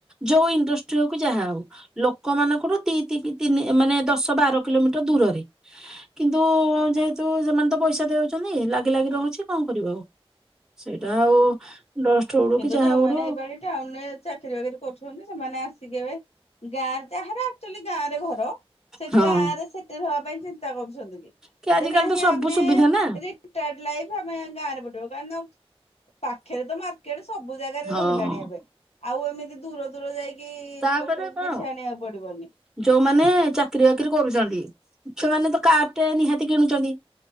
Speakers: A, in the centre; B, on the left.
A: ଯୋଉ ଇଣ୍ଡଷ୍ଟ୍ରି ହଉ କି ଯାହା
B: ହଁ
A: ହଉ ଲ ଲୋକମାନଙ୍କଠୁ ଦି ତିନି ମାନେ ଦଶ ବାର କିଲୋମିଟର ଦୂରରେ କିନ୍ତୁ ଯେହେତୁ ତୁ ସେମାନେ ତ ପଇସା ଦେଉଛନ୍ତି ଲାଗି ଲାଗି ରହୁଛି କଣ କରିବ ଆଉ। ସେଇଟା ଆଉ ଡଷ୍ଟ ଉଡୁ
B: କିନ୍ତୁ
A: କି ଯାହା
B: ଯୋଉମାନେ
A: ଉଡୁ।
B: ଏଇପାଳି ଟାଉନରେ ଚାକିରି ବାକିରି କରୁଛନ୍ତି ସେମାନେ ଆସିକି ଏବେ ଗାଁ ରେ ଯାହାର ଆକ୍ଚୁଲି ଗାଁ ରେ ଘର। ସେ
A: ହଁ
B: ଗାଁ ରେ ସେଟେଲ ହବା ପାଇଁ ଚିନ୍ତା କରୁଛନ୍ତି ଵି
A: କି ଆଜିକାଲି
B: ଯେ ନାହିଁ
A: ତ ସବୁ
B: ଆମେ
A: ସୁବିଧା ନା
B: ରି ରିଟାର୍ଡ଼ ଲାଇଫ ଆମେ ଗାଁ ରେ କଟେଇବୁ କାରଣ ପାଖରେ ତ ମାର୍କେଟ ସବୁ ଜାଗାରେ
A: ହଁ
B: ରହିଲାଣି ଏବେ ଆଉ ଏମିତି ଦୂର ଦୂର ଯାଇକି କି
A: ତାପରେ
B: ଲୋକଙ୍କୁ
A: କଣ
B: କିଛି ଆଣିବାକୁ ପଡିବନି।
A: ଯୋଉମାନେ ଚାକିରି ବାକିରି କରୁଛନ୍ତି ସେମାନେ ତ କାରଟେ ନିହାତି କିଣୁଛନ୍ତି।